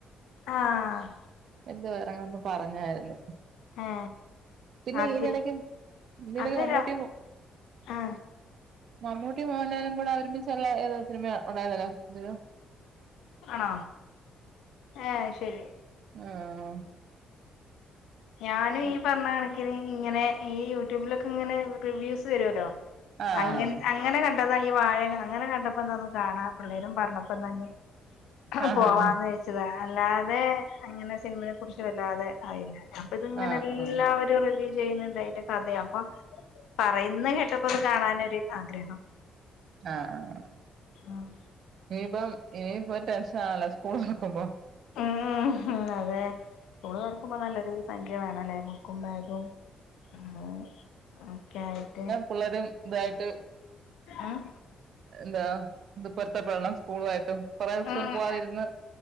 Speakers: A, on the left; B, on the right.
A: ആഹ്
B: എന്തോ എറങ്ങ്ന്ന് പറഞ്ഞാര്ന്ന്
A: ഏ
B: പിന്നെ
A: അതിര്
B: ഈ നെടക്ക് ഇനെടക്ക്
A: അതരാ
B: മമ്മൂട്ടിയും മോ <inaudible>
A: ആ
B: മമ്മൂട്ടിയും മോഹൻലാലും കൂടെ ഒരുമിച്ചുള്ള ഏതോ സിനിമ ഉണ്ടായിരുന്നല്ലോ രു
A: ആണോ ഏഹ് ശെരി
B: ആഹ്
A: ഞാനും ഈ പറഞ്ഞ കണക്കിന് ഇങ്ങനെ ഈ യൂട്യൂബിലൊക്കെ ഇങ്ങനെ റിവ്യൂസ് വരുവല്ലോ
B: ആ
A: അങ്ങ്ൻ
B: ആ
A: അങ്ങനെ കണ്ടതാ ഈ വാഴെക്കെ അങ്ങനെ കണ്ടപ്പോന്താന്ന് കാണാ പിള്ളേരും പറഞ്ഞപ്പന്നാ ഇഞ്ഞീ
B: ആഹ്
A: പോവാന്ന്
B: ആഹ്
A: വെച്ചതാ അല്ലാതെ അങ്ങനെ സിനിമയെകുറിച്ച് വല്ലാതെ ആറിയില്ല അപ്പത്ങ്ങനെ
B: ആഹ്
A: എല്ലാവരും
B: ആഹ്
A: റെവ്യൂ ചെയ്യ്‌ന്ന്ണ്ട് അയിന്റെ കഥയപ്പൊ പറയുന്ന കേട്ടപ്പത് കാണാൻനൊര് ആഗ്രഹം
B: ആഹ് ആഹ്
A: ആഹ്
B: ഇനീപ്പം ഇനിയിപ്പോ ടെൻഷനാണല്ലോ സ്കൂള് തൊർക്കുമ്പോ
A: ഉം അതെ സ്കൂള് തൊർക്കുമ്പോ നല്ലൊരു സംഖ്യ വേണല്ലേ ബുക്കും ബാഗും ഉം ഒക്കെയായ്ട്ട്
B: പിള്ളാരും ഇതായിട്ട്
A: ആഹ്
B: എന്താ ഇത് പൊരുത്തപ്പെടണം സ്കൂളുവായിട്ടും കൊറേസം
A: ഉം
B: പോവാതിരുന്ന്